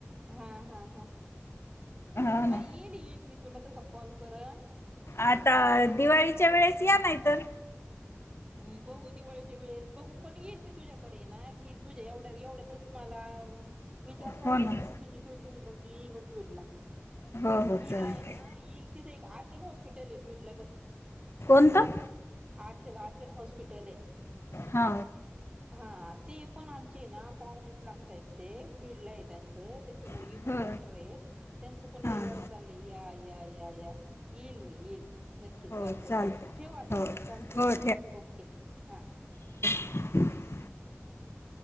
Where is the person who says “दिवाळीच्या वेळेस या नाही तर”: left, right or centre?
Left